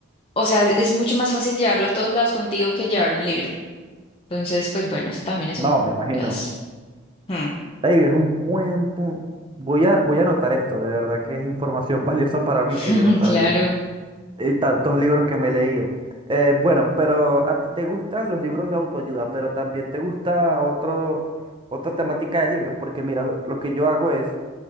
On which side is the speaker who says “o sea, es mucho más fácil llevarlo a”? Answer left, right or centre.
Left